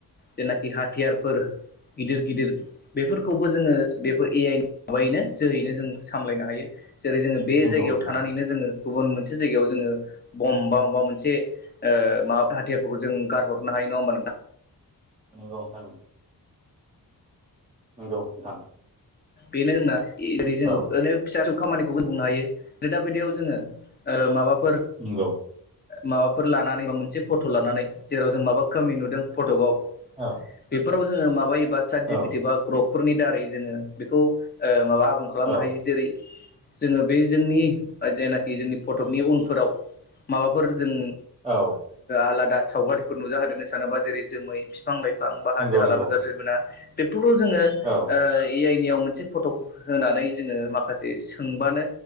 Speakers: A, on the left (about 25°); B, on the right (about 15°).
A: जेनाखि हाथियारफोर गिदिर गिदिर बेफोरखौबो जोङो बेफोर ए आइनि माबायैनो जोहैनो जों सामलायनो हायो जेरै जोङो बे
B: नंगौ
A: जायगायाव
B: नोंथां
A: थानानैनो जोङो गुबुन मोनसे जायगायाव जोङो बम्ब बा माबा मोनसे माबा हाथियारफोरखौ जों गारहरनो हायो नङा ओमबा नोंथां
B: नंगौ नोंथां नंगौ नोंथां
A: बेनो जोंना ओरै जो
B: औ
A: ओरैनो फिसा खामानिखौबो नुनो हायो जे दा बायदियाव जोङो ओ माबा
B: नंगौ
A: माबाफोर लानानै बा मोनसे फट' लानानै जेराव जों माबा खमि नुदों फट'गाव
B: औ
A: बेफोराव जोङो माबायोबा सारजिपिटि
B: औ
A: बा ग्रकफोरनि दारै जोङो बेखौ माबा आबुं खालामनो
B: औ
A: हायो जेरै जोङो बे जोंनि जेनाखि जोंनि फटकनि उनफोराव माबाफोर जों
B: औ
A: आलादा सावगारिफोर नुजा होदेरनो सानोबा जेरै जोमै बिफां लाइफां गोबां बा हाजो
B: नंगौ
A: हाला
B: नंगौ
A: नुजाफैयो मोना बेफोरखौ जोङो
B: औ
A: ओ ए आइनि आव मोनसे फट' होनानै जोङो माखासे सोंबानो